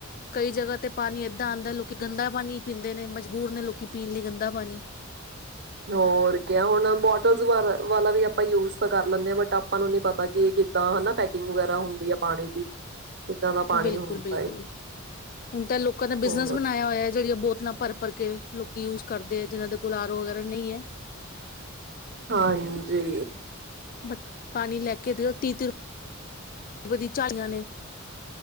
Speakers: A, on the left; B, on the right.
A: ਕਈ ਜਗ੍ਹਾ ਤੇ ਪਾਣੀ ਇਦਾਂ ਆਉਂਦਾ ਲੋਕੀ ਗੰਦਾ ਪਾਣੀ ਪੀਂਦੇ ਨੇ ਮਜਬੂਰ ਨੇ, ਲੋਕੀ ਪੀਣ ਲਈ ਗੰਦਾ ਪਾਣੀ
B: ਹੋਰ ਕਿਆ ਹੁਣ ਬੋਟਲਸ ਵਾਲਾ ਵੀ ਆਪਾਂ ਯੂਜ ਤਾਂ ਕਰ ਲੈਂਦੇ ਹਾਂ ਬਟ ਆਪਾਂ ਨੂੰ ਨਹੀਂ ਪਤਾ ਕਿ ਇਹ ਕਿੱਦਾਂ ਹੈਨਾ ਪੈਕਿੰਗ ਵਗੈਰਾ ਹੁੰਦੀ ਹੈ ਪਾਣੀ ਦੀ। ਕਿੱਦਾਂ ਦਾ ਪਾਣੀ
A: ਬਿਲਕੁਲ-ਬਿਲਕੁਲ
B: ਹੁੰਦਾ ਹੈ
A: ਹੁਣ ਤਾਂ ਲੋਕਾਂ ਦਾ ਬਿਜਨਸ
B: ਹੋਰ
A: ਬਣਾਇਆ ਹੋਇਆ ਜਿਹੜੀਆਂ ਬੋਤਲਾਂ ਭਰ-ਭਰ ਕੇ ਵੇਚ ਲੋਕੀ ਯੂਜ ਕਰਦੇ ਹੈਂ ਜਿਹਨਾਂ ਦੇ ਕੋਲ ਆਰੋ ਵਗੈਰਾ ਨਹੀਂ ਹੈ।
B: ਹਾਂਜੀ
A: ਬਟ ਪਾਣੀ ਲੈ ਕੇ ਦੇਓ ਤੀਅ ਤੀਅ ਵੱਧੀ ਝਾਈਆਂ ਨੇ